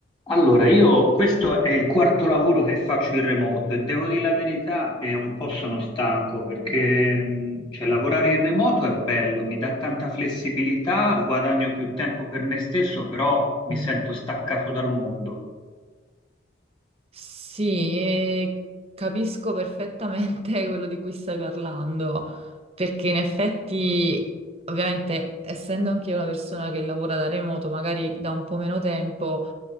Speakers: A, on the left (about 25°); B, on the right (about 30°).
A: Allora, io questo è il quarto lavoro che faccio in remoto e devo dire la verità, e un po' sono stanco perché mh, cioè, lavorare in remoto è bello, mi dà tanta flessibilità, guadagno più tempo per me stesso, però mi
B: Mm.
A: sento staccato dal mondo.
B: Sì, e capisco perfettamente <laughs> quello di cui stai parlando, perché in effetti, ovviamente, essendo anche io una persona che lavora da remoto, magari da un po' meno tempo,